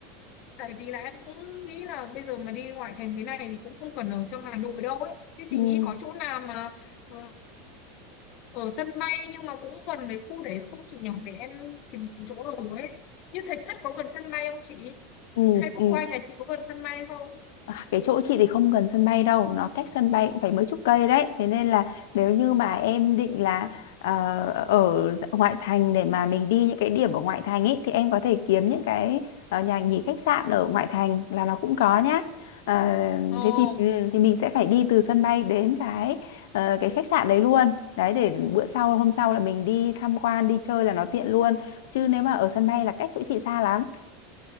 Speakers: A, on the left; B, on the left.
A: Tại vì là em cũng nghĩ là bây giờ mà đi ngoại thành thế này thì cũng không cần ở trong Hà Nội đâu ấy. Thế
B: ừ
A: chị nghĩ có chỗ nào mà ờ, ở sân bay nhưng mà cũng gần cái khu đấy không chị nhỉ? Để em tìm chỗ ở ấy. Như Thạch Thất có gần sân bay không chị?
B: ừ
A: Hay Quốc
B: ừ
A: Oai nhà chị có gần sân bay không?
B: À, cái chỗ chị thì không gần sân bay đâu nó cách sân bay cũng phải mấy chục cây đấy thế nên là nếu như mà em định là ờ, ở ngoại thành để mà mình đi những cái điểm ở ngoại thành ấy thì em có thể kiếm những cái ờ, nhà nghỉ khách sạn ở ngoại thành là nó cũng có nhá Ờ,
A: Ồ,
B: thế thì ừ, thì mình sẽ phải đi từ sân bay đến cái ờ, cái khách sạn đấy luôn đấy để bữa sau hôm sau là mình đi tham quan đi chơi là nó tiện luôn chứ nếu mà ở sân bay là cách chỗ chị xa lắm